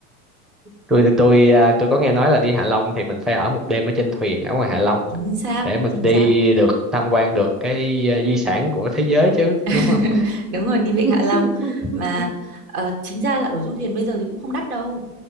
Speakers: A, in the centre; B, on the right.
A: tôi tôi à, tôi có nghe nói là đi Hạ Long thì mình phải ở một đêm ở trên thuyền ở ngoài Hạ Long
B: chính xác
A: để mình
B: chính
A: đi
B: xác
A: được tham quan được cái à, di sản của thế giới chứ,
B: <laughs>
A: đúng không?
B: đúng rồi đi Vịnh Hạ Long
A: <laughs>
B: mà ờ, chính ra là ở du thuyền bây giờ thì cũng không đắt đâu